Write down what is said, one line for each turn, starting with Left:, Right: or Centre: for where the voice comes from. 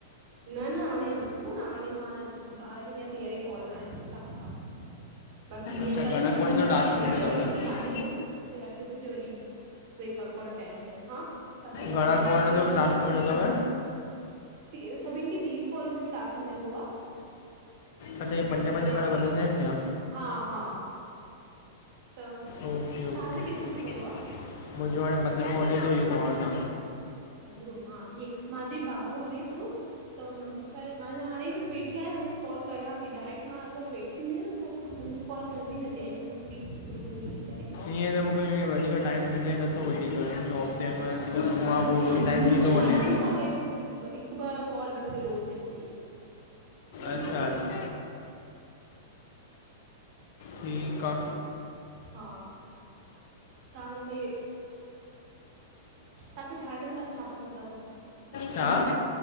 Right: न न हाणे बचियो आ न हाणे मां ॿारहें या तेरह ई कॉल में आहियां तव्हां सां बाक़ी ईअं
Left: अच्छा
Right: कल्ह
Left: घणनि
Right: ॾहका
Left: कॉलनि जो
Right: पूरी कंप्लीट
Left: टास्क मिलियो
Right: करे
Left: अथव
Right: वठी राति जो फिर अॼु फ वरी <unintelligible> हा छा था चओ
Left: घणा कोल जो टास्क मिलियो तव?
Right: टीहणसभिनि खे तीस कॉले जो टास्क मिलंदो आहे।
Left: अच्छा इहे पंज
Right: त
Left: पंज
Right: मां
Left: करे वधंदा आहिनि या
Right: हा हा त
Left: ओके ओके
Right: तव्हांजे केतिरो
Left: मुंहिंजो
Right: थी वियो आ?
Left: हाणे पंद्रहो हले थो इहो तव्हां सां।
Right: पंदरो हा ठ मांे बारो हले तूं त मुंहिंजी छाहे मां हाणे बसि वेठी आहियां त कॉल कयां पई डायरेक्ट मां अगरि वेठी ईंद आहियां न प पोइ सभीनि खे कॉल कंदी वेंदी एनिमल फ्री ग्रुप में वझी
Left: ईअं त मूंखेअ वधीक टाइम मिले नथो वधीक जॉब चेन व थीीॾिसो
Right: हा सही
Left: मांा पोइ
Right: आ न
Left: ईअ टाइम थी
Right: वरी
Left: थो वञे
Right: आराम सां कयो हिकु ॿ कॉल बसे रोज़ इं इं को
Left: अच्छा
Right: जल्दी
Left: अच्छा
Right: काने।
Left: ठीकु आ।
Right: हा तंहां हेॾे ताखे छाणण में क छा पसंद थव?
Left: छा?